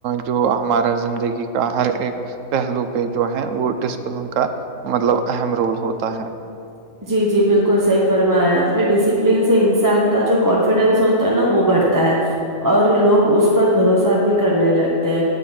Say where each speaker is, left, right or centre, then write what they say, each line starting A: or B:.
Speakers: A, on the right (about 70°); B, on the right (about 15°).
A: جو ہمارا زندگی کا ہر ایک پہلو پہ جو ہے وہ ڈسپلن کا مطلب اہم رول ہوتا ہے
B: جی جی بالکل صحیح فرمایا اپپ نے ڈسپلن سے انسان کا جو کانفیڈینس ہوتا ہے نا وہ بڑھتا ہے اور لوگ اس پر بھروسہ بھی کرنے لگتے